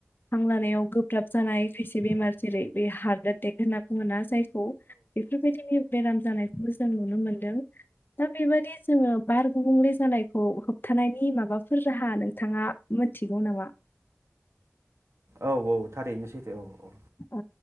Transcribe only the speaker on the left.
हां लानायाव गोब्राब जानाय खायसे बेमार जेरै बे हारदोद होनना बुङोना जायखौ बेफोरबायदि बेराम जानायखौ मोजां नुनो मोनदों। दा बेबायदि जोङो बार गुबुंले जानायखौ होबथानायनि माबाफोर राहा नोंथाङा मोन थिगौ नामा?
औ